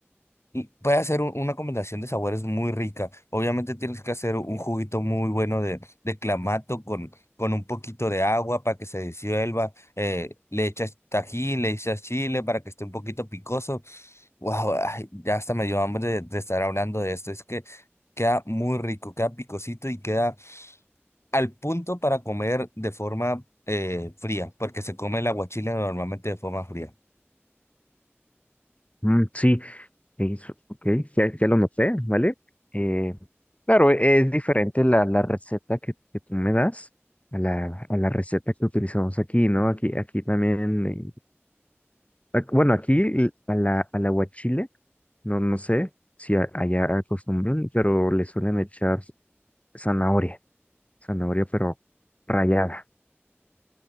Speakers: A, on the left; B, on the left.
A: y puede hacer un- una combinación de sabores muy rica. Obviamente tienes que hacer un juguito muy bueno de, de clamato con, con un poquito de agua para que se disuelva. eh, le echas tajín, le echas chile para que esté un poquito picoso. Wow, ay, ya hasta me dio hambre de, de estar hablando de esto. Es que queda muy rico, queda picosito y queda al punto para comer de forma eh, fría, porque se come el aguachile normalmente de forma fría.
B: Mm, sí, Ok, su- ok, ya, ya lo noté, ¿vale? Eh, claro, e- es diferente la, la receta que, que tú me das a la, a la receta que utilizamos aquí, ¿no? Aquí, aquí también, eh, ac- bueno, aquí l- a la, a la guachile, no, no sé si a- allá acostumbran, pero le suelen echar zanahoria, zanahoria pero rallada,